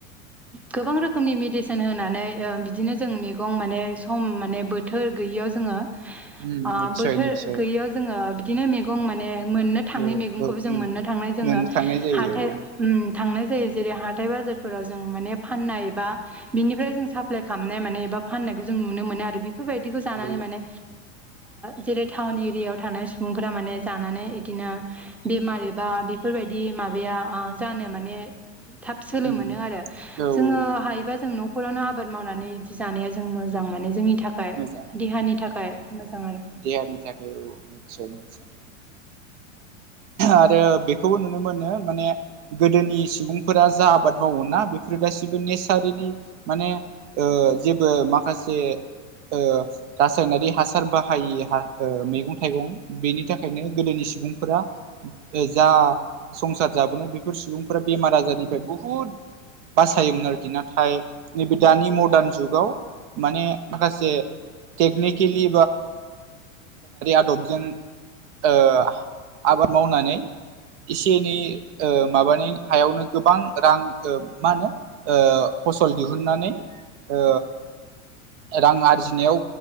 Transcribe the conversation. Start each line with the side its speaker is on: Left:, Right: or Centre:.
Centre: गोबां रोखोमनि मेडिसिन होनानै ओ बिदिनो जों मैगं माने सम माने बोथोर गैयैयाव जोङो
Right: उम
Centre: ओ
Right: निस्सय
Centre: बोथोर
Right: निस्सय
Centre: गैयैयाव जोङो बिदिनो मैगं माने मोननो
Right: औ
Centre: थाङै मैगंखौबो
Right: औ
Centre: जों
Right: मोन
Centre: मोननो थांनाय जोङो
Right: मोननो थांनाय जायो
Centre: हाथाय
Right: औ
Centre: उम थांनाय जायो जेरै हाथाय बाजारफोराव जों माने फाननाय एबा बिनिफ्राय जों साप्लााय खालामनाय माने एबा फाननायखौ जों नुनो मोनो आरो बेफोरबायदिखौ जानानै
Right: औ
Centre: माने जेरै टाउन एरियायाव थानाय सुबुंफोरा माने जानानै इदिनो बेमार एबा बेफोरबायदि माबाया जानो माने थाब सोलो
Right: उम
Centre: मोनो
Right: उम
Centre: आरो
Right: औ औ
Centre: जोङो हायोबा जों न' न'खरावनो आबाद मावनानै बिदि जानाया जों मोजां माने जोंनि थाखाय
Right: मोजां
Centre: देहानि थाखाय मोजां आरो
Right: देहानि थाखाय औ निसय निसय आरो बेखौबो नुनो मोनो माने गोदोनि सुबुंफोरा जा आबाद मावो ना बे बे गासिबो नेचारेलि माने ओ ओ माखासे ओ रासायनारि हासार बाहायि ओ मैगं थाइगं बेनि थाखायनो गोदोनि सुबुंफोरा जा संसार जाबोनाय बेफोर सुबुंफोरा बेमार आजारनिफ्राय बुहुद बासायोमोन आरोखि नाथाय नैबे दानि मडार्न जुगाव माने माखासे टेकनिकेलि आदबजों ओ आबाद मावनानै एसे एनै ओ माबानि हायावनो गोबां रां ओ मा होनो ओ फसल दिहुननानै ओ। रां आरजिनायाव